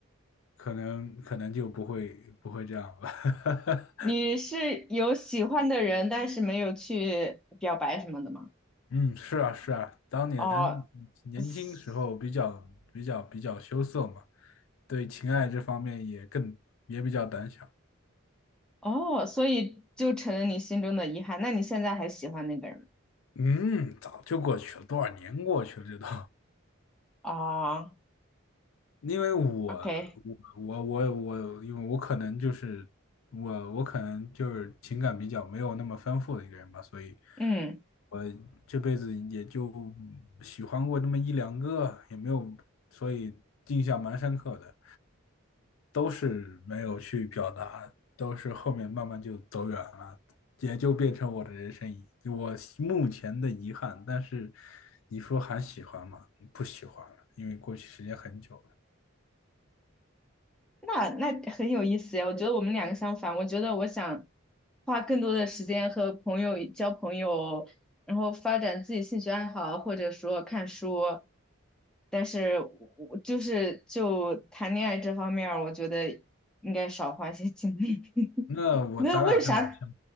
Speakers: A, on the left; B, in the centre.
A: 可能，可能就不会不会这样吧。<laughs>
B: 你是有喜欢的人，但是没有去表白什么的吗？
A: 嗯，是啊，是啊，当年
B: 哦，
A: 年轻时候比较比较比较羞涩嘛，
B: 嘶
A: 对情爱这方面也更也比较胆小。
B: 哦，所以就成了你心中的遗憾。那你现在还喜欢那个人吗？
A: 嗯，早就过去了，多少年过去了，这都。
B: 哦
A: 因为我
B: ，OK，
A: 我我我我，因为我可能就是我我可能就是情感比较没有那么丰富的一个人吧，所以。
B: 嗯。
A: 我这辈子也就喜欢过那么一两个，也没有，所以印象蛮深刻的，都是没有去表达，都是后面慢慢就走远了，也就变成我的人生遗，我目前的遗憾。但是你说还喜欢吗？不喜欢了，因为过去时间很久了。
B: 那那很有意思呀，我觉得我们两个相反。我觉得我想花更多的时间和朋友交朋友，然后发展自己兴趣爱好，或者说看书。但是我就是就谈恋爱这方面儿我觉得应该少花些精力。<laughs>
A: 那嗯我咱俩正好相。
B: 那为啥？